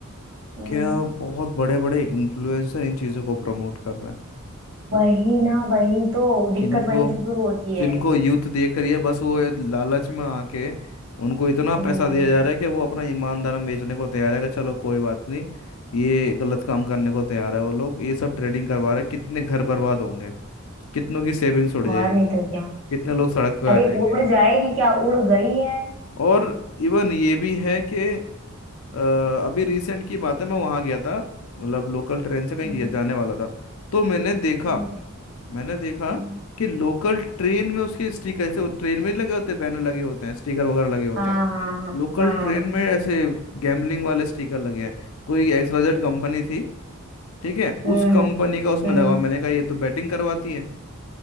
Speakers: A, on the right; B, on the left.
A: हम्म
B: कि बहुत बड़े बड़े इन्फ्लुएंसर इन चीज़ों को प्रमोट कर रहे हैं
A: वही ना वही तो
B: जिनको
A: दिक्कत वहीं से शुरू होती
B: जिनको
A: है
B: यूथ देख रही है बस वो ये लालच में आके उनको इतना पैसा
A: हम्म
B: दिया जा रहा है कि वो अपना ईमान धर्म बेचने को तैयार है कि चलो कोई बात नहीं ये गलत काम करने को तैयार है वो लोग ये सब ट्रेडिंग करवा रहे हैं कितने घर बर्बाद होंगे कितनों की सेविंग्स उड़ जाएगी
A: और नहीं तो क्या
B: कितने लोग सड़क पे
A: अरे
B: आ जाएंगे
A: उड़ जाएगी क्या उड़ गई है
B: और इवन ये भी है कि अ, अभी रिसेंट की बात है मैं वहाँ गया था मतलब लोकल ट्रेन से कहीं
A: हम्म
B: गया- जाने वाला था तो मैंने देखा
A: हम्म
B: मैंने देखा
A: हम्म।
B: कि लोकल ट्रेन में उसके स्टिकर ऐसे ट्रेन में नहीं लगे होते बैनर लगे होते हैं स्टिकर वगैरह लगे होते
A: हाँ
B: हैं
A: हाँ हाँ
B: लोकल
A: हाँ
B: ट्रेन में ऐसे गैम्बलिंग वाले स्टिकर लगे हैं कोई एक्सवाइजेड कंपनी थी ठीक है
A: हम्म
B: उस कंपनी का उसमें
A: हम्म
B: लगा हुआ। मैंने कहा ये तो बैटिंग करवाती है